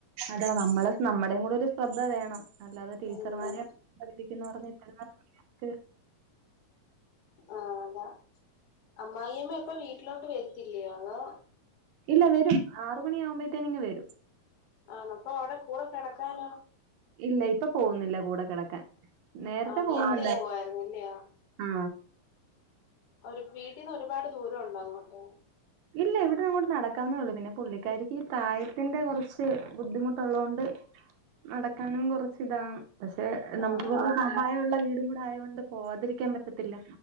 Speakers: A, on the right (about 80°); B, on the left (about 45°).
A: അതാ നമ്മള് നമ്മുടേം കൂടൊരു ശ്രദ്ധ വേണം. അല്ലാതെ ടീച്ചർമാരെ
B: ഉം
A: പഠിപ്പിക്കുന്നറഞ്ഞ് ഇട്ടിരുന്ന കാര്യല്ല ട്ട്
B: ആ അതാ അമ്മായിമ്മ ഇപ്പൊ വീട്ടിലോട്ട് വരുത്തില്ലയോ അതോ
A: ഇല്ല വരും ആറ് മണിയാകുമ്പോഴത്തേന് ഇങ്ങ് വരും
B: ആണോ അപ്പൊ അവിടെ കൂടെ കെടക്കാനോ
A: ഇല്ല ഇപ്പൊ പോവുന്നില്ല കൂടെ കകെടക്കാൻ നേരത്തെ
B: ആ
A: പോകുന്നുണ്ടാ
B: പോവായിരുന്നല്ലയോ
A: ആ
B: ഒരു വീട്ടീന്ന് ഒരുപാട് ദൂര ഒണ്ടോ അങ്ങോട്ട്?
A: ഇല്ല ഇവിട്ന്നങ്ങോട്ട് നടക്കാവുന്നേ ഒള്ളു പിന്നെ പുള്ളിക്കാരിക്ക് ഈ പ്രായത്തിന്റെ കുറച്ച് ബുദ്ധിമുട്ടൊള്ളത് കൊണ്ട് നടക്കാനും കൊറച്ച് ഇതാ പക്ഷെ
B: ആ
A: നമുക്ക്
B: ആ
A: കൊറച്ച് സഹായുള്ള വീടും കൂടെ ആയോട് പോകാതിരിക്കാൻ പറ്റത്തില്ല.